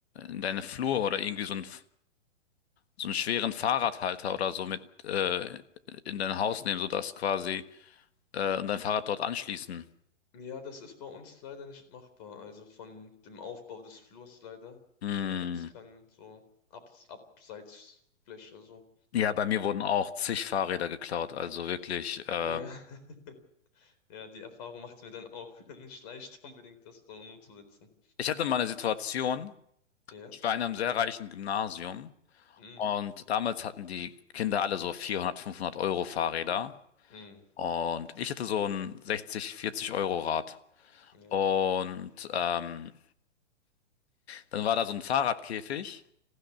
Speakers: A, on the left; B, on the left.
A: in deine Flur oder irgendwie so ein so einen schweren Fahrradhalter oder so mit äh, in dein Haus nehmen, sodass quasi äh, und dein Fahrrad dort anschließen.
B: Ja, das ist bei uns leider nicht machbar. Also von dem Aufbau des Flurs leider.
A: Hm.
B: Da gibt es keinen so Abs Abseitsfläche. So.
A: Ja, bei mir wurden auch zig Fahrräder geklaut. Also wirklich. Äh,
B: Ja, <laughs> ja, die Erfahrung macht es mir dann auch <laughs> nicht leicht, unbedingt das so umzusetzen.
A: ich hatte mal eine Situation.
B: Ja,
A: Ich war in einem sehr reichen Gymnasium
B: mm,
A: und damals hatten die Kinder alle so 400, 500 Euro Fahrräder
B: mm,
A: und ich hatte so ein 60, 40 Euro Rad.
B: ja,
A: Und ähm, dann war da so ein Fahrradkäfig